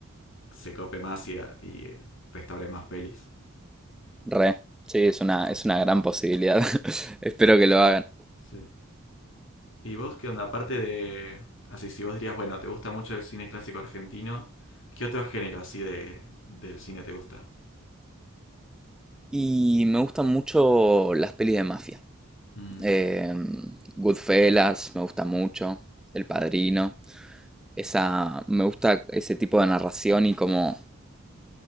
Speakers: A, on the left (about 65°); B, in the centre.
A: se cope más y, y restaure más pelis.
B: re. Sí, es una, es una gran posibilidad. <laughs> Espero que lo hagan.
A: Sí. ¿Y vos qué onda? Aparte de... Así, si vos dirías, bueno, te gusta mucho el cine clásico argentino, ¿qué otro género así de, del cine te gusta?
B: Y me gustan mucho las pelis de mafia.
A: Mm,
B: Eh, Goodfellas, me gusta mucho. El Padrino. Esa, me gusta ese tipo de narración y cómo,